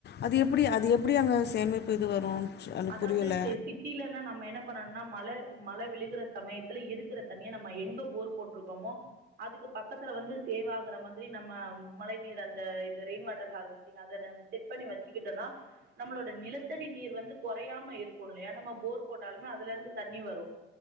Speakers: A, on the left (about 55°); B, on the right (about 60°).
A: அது எப்டி அது எப்டி அங்க சேமிப்பு இது வரு எனக்கு
B: அதாவது
A: புரியல
B: சே சிட்டிலன்னா நம்ம என்ன பண்ணணு னா மழ மழ விழுகுற சமயத்துல இருக்குற தண்ணிய நம்ம எங்க போர் போட்ருக்கோமோ அதுக்கு பக் கத்துல வந்து சேவாகுற மாதிரி நம்ம மழை நீர் அந்த இது ரெயின் வாட்டர் ஹார்வஸ்டிங் அத நம் செட் பண்ணி வச்சுக்கிட்டோனா நம்ளோட நிலத்தடி நீர் வந்து கொறையாம இருக்கு இல்லையா நம்ம போர் போட்டாலுமே அதுலருந்து தண்ணி வரு